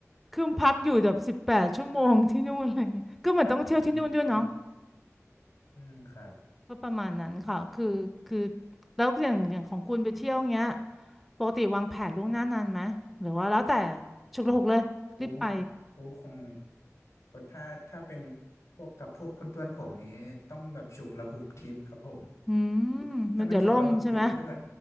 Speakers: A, in the centre; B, on the left.
A: คือพักอยู่แบบสิบแปดชั่วโมงที่นู่นอะไรเงี้ยก็เหมือนต้องเที่ยวที่นู่นด้วยเนาะ
B: <laughs> อืมอืมครับ
A: ก็ประมาณนั้นค่ะคือคือแล้วอย่างอย่างของคุณไปเที่ยวเงี้ยปกติวางแผนล่วงหน้านานไหมหรือว่าแล้วแต่ฉุกละหุกเลยรีบไป
B: โอ้โหคงโอ้ถ้าถ้าเป็นพวกกับพวกเพื่อนๆผมนี้ต้องแบบฉุกละหุกทิปครับผม
A: อืม
B: ถ้าไม่ฉุกละหกทิปนั่นก็คือ
A: มันเดี๋ยวล่มใช่ไหม